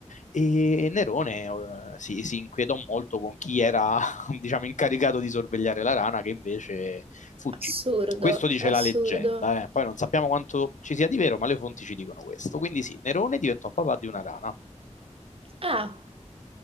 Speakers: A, on the left; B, on the right.
A: E Nerone eh, si, si inquietò molto con chi era, <laughs> diciamo, incaricato di sorvegliare la rana, che invece fuggì.
B: assurdo,
A: Questo dice
B: assurdo.
A: la leggenda, eh. poi non sappiamo quanto ci sia di vero, ma le fonti ci dicono questo. Quindi sì, Nerone diventò papà di una rana.
B: Ah,